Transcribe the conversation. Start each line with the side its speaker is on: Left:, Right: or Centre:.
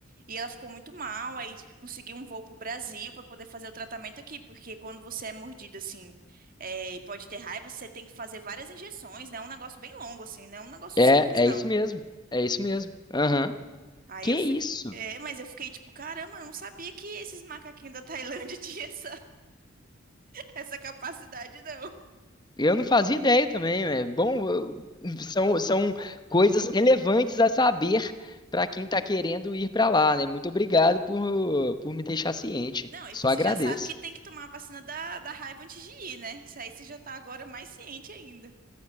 Right: E ela ficou muito mal, aí conseguiu um voo pro Brasil pra poder fazer o tratamento aqui, porque quando você é mordido assim, é, e pode ter raiva, você tem que fazer várias injeções, né? É um negócio bem longo, assim, não é um negócio
Left: É,
Right: simples,
Left: é
Right: não.
Left: isso mesmo. É isso mesmo. Aham.
Right: Aí
Left: Que
Right: eu
Left: isso?
Right: fiquei. É, mas eu fiquei tipo, caramba, eu não sabia que esses macaquinhos da Tailândia <laughs> tinham essa, essa capacidade, não.
Left: Eu não fazia ideia também. É bom, eu- <laughs> são, são coisas relevantes a saber para quem está querendo ir para lá, né? Muito obrigado por, por me deixar ciente.
Right: Não, e
Left: Só
Right: você
Left: agradeço.
Right: já sabe que tem que tomar a vacina da, da raiva antes de ir, né? Isso aí você já tá agora mais ciente ainda.